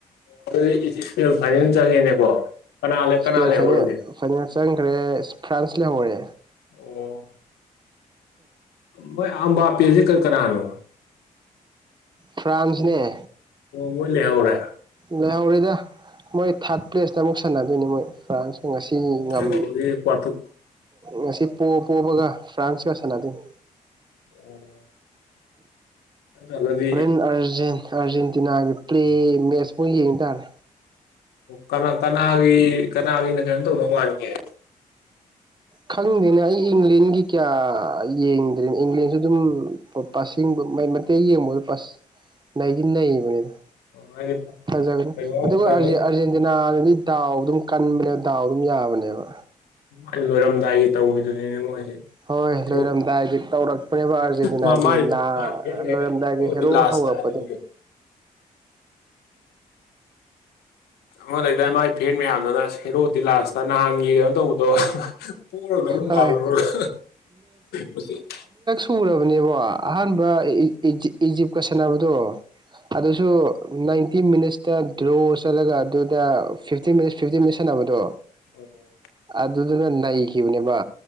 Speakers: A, on the left; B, on the right.
A: ꯑꯗꯨꯗꯤ ꯁ꯭ꯄꯦꯟ ꯐꯥꯏꯅꯦꯜ ꯆꯪꯉꯦꯅꯦꯀꯣ ꯀꯅꯥ ꯂꯩ ꯀꯅꯥ
B: ꯁ꯭ꯄꯦꯟ
A: ꯂꯩꯍꯧꯔꯒꯦ
B: ꯐꯥꯢꯅꯦꯜ ꯐꯥꯢꯅꯦꯜ ꯆꯪꯈ꯭ꯔꯦ ꯐ꯭ꯔꯥꯟꯁ ꯂꯩꯍꯧꯔꯦ
A: ꯑꯣ ꯃꯣꯏ ꯑꯝꯕꯥꯄꯤꯦꯁꯤꯦ ꯀꯔꯤ ꯀꯅꯥꯅꯣ <inaudible>
B: ꯐ꯭ꯔꯥꯟꯁꯅꯦ
A: ꯃꯣꯢ ꯂꯩꯍꯧꯔꯦ
B: ꯂꯩꯍꯧꯔꯦꯗ ꯃꯣꯏ ꯊꯥꯔꯠ ꯄ꯭ꯂꯦꯁꯇ ꯑꯃꯨꯛ ꯁꯥꯟꯅꯗꯣꯏꯅꯤ ꯃꯣꯏ ꯐ꯭ꯔꯥꯟꯁ ꯉꯁꯤ ꯉꯝ
A: ꯀꯩꯅꯣꯒꯤ ꯀ꯭ꯋꯥꯇꯔ
B: ꯉꯁꯤ ꯄꯣ ꯄꯣꯕꯒ ꯐ꯭ꯔꯥꯟꯁꯀ ꯁꯥꯟꯅꯗꯣꯏꯅꯤ
A: ꯑꯣ ꯇꯥꯡ ꯆꯥꯗꯗꯤ
B: ꯍꯣꯔꯦꯟ ꯑꯥꯔꯖꯦꯟ ꯑꯥꯔꯖꯦꯟꯇꯤꯅꯥꯒꯤ ꯄ꯭ꯂꯦ ꯃꯦꯠꯆ ꯑꯣꯢ ꯌꯦꯡ ꯇꯥꯔꯦ
A: ꯀꯅꯥ ꯀꯅꯥꯒꯤ ꯀꯅꯥꯒꯤꯅ ꯀꯩꯅ‌ꯣ ꯇꯧꯗꯧ ꯃꯥꯟꯒꯦ
B: ꯈꯪꯗꯦꯅꯦ ꯑꯩ ꯏꯪꯂꯦꯟꯒꯤ ꯀꯌꯥ ꯌꯦꯡꯗ꯭ꯔꯦꯅꯦ ꯏꯪꯂꯦꯟꯁꯨ ꯑꯗꯨꯝ ꯄꯁꯤꯡꯕ ꯃꯩ ꯃꯇꯦꯛ ꯌꯦꯡꯕꯒ ꯄꯥꯁ ꯅꯩꯗꯤ ꯅꯩꯕꯅꯦꯗ
A: ꯍꯥꯏꯗꯤ
B: ꯐꯖꯒꯅꯤ
A: ꯀꯩꯅꯣ
B: ꯑꯗꯨꯒ
A: ꯀꯩꯅꯣ
B: ꯑꯔꯖꯦꯟ ꯑꯔꯖꯦꯟꯇꯤꯅꯥꯗꯗꯤ ꯗꯥꯎ ꯑꯗꯨꯝ ꯀꯟꯕꯅꯦꯕ ꯗꯥꯎ ꯑꯗꯨꯝ ꯌꯥꯕꯅꯦꯕ
A: ꯎꯝ ꯂꯣꯏꯔꯝꯗꯥꯏꯒꯤ ꯇꯧꯕꯤꯗꯨꯅꯤꯅꯦ ꯃꯣꯢꯁꯦ
B: ꯍꯣꯏ
A: ꯍꯦꯔꯣ
B: ꯂꯣꯏꯔꯝꯗꯥꯏꯒꯤ ꯇꯧꯔꯛꯄꯅꯦꯕ ꯑꯥꯔꯖꯦꯟꯇꯤꯅꯥꯗꯤ
A: ꯃꯥ ꯃꯥꯏ
B: ꯂꯥ
A: ꯃꯥꯒꯤ ꯐꯦꯟꯒꯩꯅ
B: ꯂꯣꯏꯔꯝꯗꯥꯏꯒꯤ
A: ꯍꯦꯔꯣꯗꯤ
B: ꯍꯦꯔꯣ
A: ꯂꯥꯁꯇ
B: ꯍꯧꯔꯛꯄꯗꯣ
A: ꯍꯥꯏꯗꯨꯅꯤ ꯀꯩꯅꯣ ꯑꯃ ꯂꯩꯗꯥꯏ ꯃꯥꯒꯤ ꯐꯦꯟ ꯃꯌꯥꯝꯗꯨꯅ ꯍꯦꯔꯣꯗꯤ ꯂꯥꯁꯇ ꯅꯍꯥꯟꯒꯤ ꯀꯩꯅꯣ ꯇꯧꯕꯗꯣ ꯑꯗꯣ ꯄꯣꯔꯗꯧ
B: ꯍꯣꯏ
A: ꯃꯥꯜꯂꯨꯔꯒ ꯃꯁꯤ <inaudible>
B: ꯁꯨꯔꯕꯅꯦꯕꯀꯣ ꯑꯍꯥꯟꯕ ꯏꯖꯤꯞꯀ ꯁꯥꯟꯅꯕꯗꯣ ꯑꯗꯨꯁꯨ ꯅꯥꯏꯟꯇꯤ ꯃꯤꯅꯠꯁꯇ ꯗ꯭ꯔꯣ ꯆꯠꯂꯒ ꯑꯗꯨꯗ ꯐꯤꯞꯇꯤꯟ ꯃꯤꯅꯠꯁ ꯐꯤꯞꯇꯤꯟ ꯃꯤꯅꯠꯁ ꯁꯥꯟꯅꯕꯗꯣ
A: ꯑꯣ
B: ꯑꯗꯨꯗꯅ ꯅꯩꯈꯤꯕꯅꯦꯕ